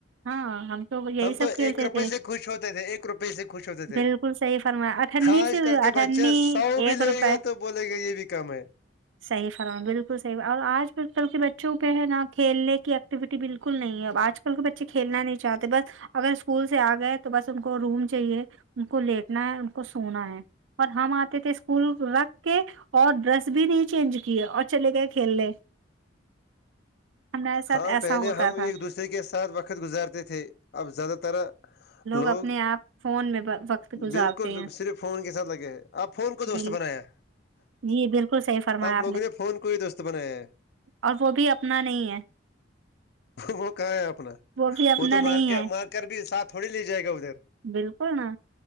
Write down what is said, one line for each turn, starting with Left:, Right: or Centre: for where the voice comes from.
Right: ہاں ہم تو یہی
Left: ہم
Right: سب کھیلتے
Left: ایک روپئے
Right: تھے
Left: سے خوش ہوتے تھے ایک روپئے سے خوش ہوتے تھے
Right: بل کل صحیح فرمایا اٹھنی
Left: آج
Right: سی بھی
Left: کل کے
Right: اٹھنی
Left: بچے سو بھی
Right: ایک
Left: لے
Right: روپئے
Left: گا تو بولے گا یہ بھی کم ہے
Right: صح فرام بالکل صح اور آج کل کل کے بچوں پہ ہے نا کھیلنے کی ایکٹیویٹی بالکل نہیں ہے اب آج کل کے بچ چ کھیلنا نہیں چاہتے بس اگر اسکول سے آ گئے تو بس ان کو روم چاہیے ان کو لیٹنا ہے ان کو سونا ہے اور ہم آتے تھے اسکول رکھ کے اور ڈریس بھی نہیں چینج کی اور چلے گئے کھیل لے ہمارے ساتھ
Left: ہاں
Right: ایسا
Left: پہلے
Right: ہوتا
Left: ہم
Right: تھا
Left: ایک دوسرے کے ساتھ وقت گزارتے تھے اب زیادہ تر لوگ
Right: اپنے آپ فون میں ب- وقت گزارتے
Left: بالکل بالکل
Right: ہیں
Left: صرف فون کے ساتھ لگے آپ فون کو دوست
Right: بال
Left: بنایا
Right: جی بالکل صحیح فرمایا
Left: آپ لوگوں نے فون کو ہی دوست بنایا ہے
Right: اور وہ بھی اپنا نہیں ہے
Left: وہ کہاں ہے اپنا
Right: بھی اپنا
Left: وہ تو
Right: نہیں
Left: مار
Right: ہے
Left: مار کر بھی ساتھ تھوڑی ل جائے گا ادھر
Right: بالکل نا